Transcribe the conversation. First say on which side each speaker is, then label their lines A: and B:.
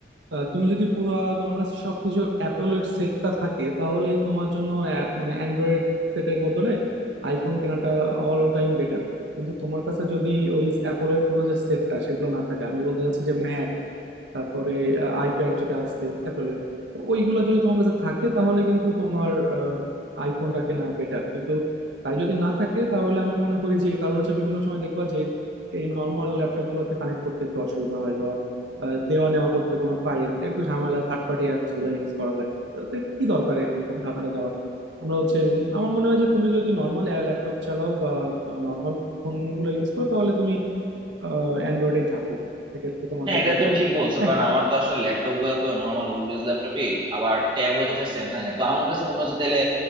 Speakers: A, on the right; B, on the right.
A: আহ, তুমি যদি পুরো তোমার কাছে সবকিছু অ্যাপলের সেটটা থাকে তাহলে তোমার জন্য অ্যা- মানে অ্যান্ড্রয়েড সেটের বদলে আইফোন কেনাটা অল টাইম বেটার কিন্তু তোমার কাছে যদি ওই অ্যাপলের পুরো যে সেটটা সেগুলো না থাকে আমি বলতে চাচ্ছি যে ম্যাক তারপরে আইপ্যাড যেটা আছে অ্যাপেলের ওইগুলা যদি তোমার কাছে থাকে তাহলে কিন্তু তোমার আইফোনটা কেনা বেটার কিন্তু তাই যদি না থাকে তাহলে আমি মনে করি যে কারণ হচ্ছে বিভিন্ন সময় দেখবা যে এই নর্মাল ল্যাপটপ গুলোতে কানেক্ট করতে একটু অসুবিধা হয় বা আহ, দেওয়া নেওয়া করতে কোনো ফাইল একটু ঝামেলা থার্ড পার্টি অ্যাপস গুলা ইউজ করা লাগে তো এতে কি দরকার এরকম ঝামেলা যাওয়ার আমরা হচ্ছে আমার মনে হয় যে তুমি যদি নর্মাল ল্যাপটপ চালাও বা নর্মাল ফোন গুলো ইউজ করো তাহলে তুমি অ্যান্ড্রয়েডেই থাকো সেক্ষেত্রে তোমার
B: হ্যাঁ
A: বেটার
B: এটা তুমি
A: হবে
B: ঠিক বলছো
A: হ্যাঁ
B: কারণ আমার তো আসলে ল্যাপটপ গুলো তো নর্মাল উইন্ডোজ ল্যাপটপই আবার ট্যাবও যেটা স্যামসাং এর তো আমার কাছে মনে হচ্ছে তাহলে